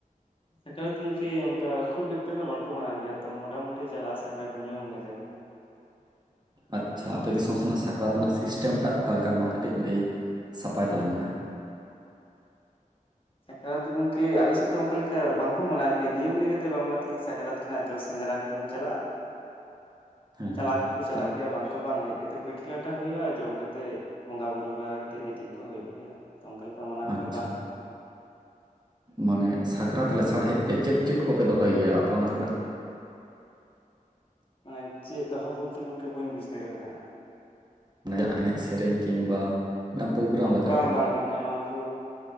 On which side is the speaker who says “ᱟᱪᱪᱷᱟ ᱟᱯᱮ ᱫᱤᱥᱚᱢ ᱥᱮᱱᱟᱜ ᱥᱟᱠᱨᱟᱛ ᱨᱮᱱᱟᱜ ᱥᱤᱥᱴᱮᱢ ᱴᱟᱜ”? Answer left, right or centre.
Right